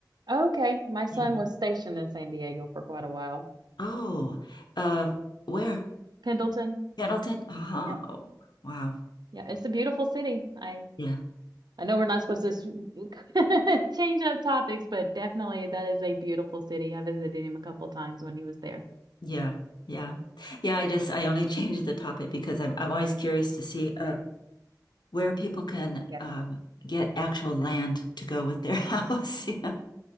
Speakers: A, on the right (about 70°); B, on the left (about 75°).
A: Okay. My son
B: Yeah.
A: was stationed in San Diego for quite a while.
B: Oh, uh, where?
A: Pendleton.
B: Pendleton? Uh-huh.
A: Yeah.
B: Oh, wow.
A: Yeah, it's a beautiful city. I
B: Yeah.
A: I know we're not supposed to s- <laughs> change up topics, but definitely that is a beautiful city. I visited him a couple times when he was there.
B: Yeah. Yeah. Yeah. I just, I only <laughs> changed the topic because I'm, I'm always curious to see, uh, where people can,
A: Yes.
B: um, get actual land to go with their <laughs> house, you know.